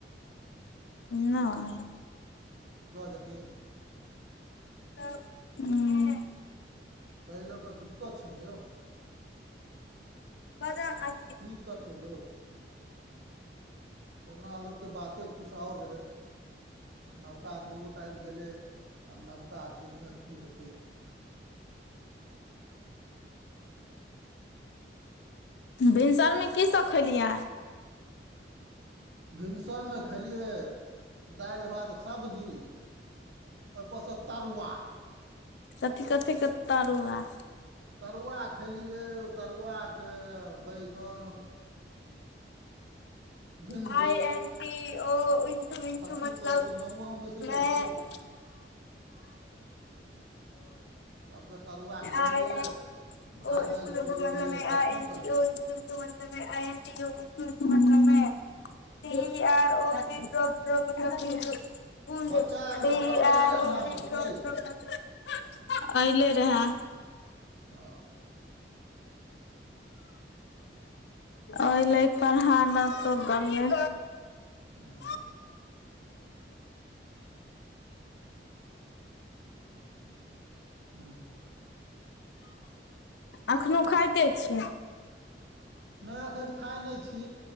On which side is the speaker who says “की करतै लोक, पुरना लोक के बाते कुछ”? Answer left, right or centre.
Right